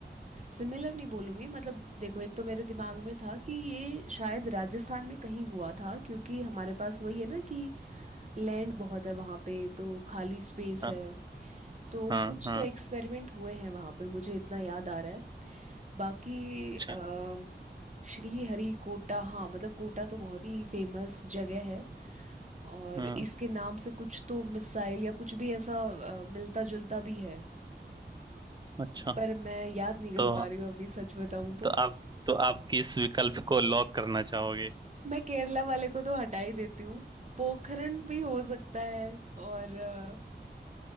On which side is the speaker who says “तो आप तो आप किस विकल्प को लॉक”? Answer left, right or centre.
Right